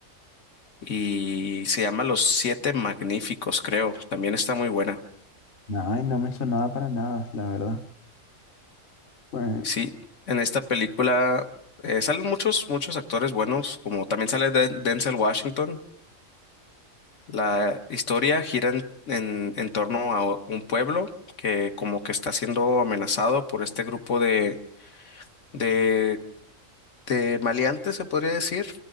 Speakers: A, on the left; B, on the left.
A: y se llama Los Siete Magníficos, creo. También está muy buena.
B: Ay, no me sonaba para nada, la verdad. Pues,
A: Sí, en esta película eh, salen muchos, muchos actores buenos, como también sale Den- Denzel Washington. La historia gira en, en- en torno a o- un pueblo que como que está siendo amenazado por este grupo de, de, de maleantes, se podría decir.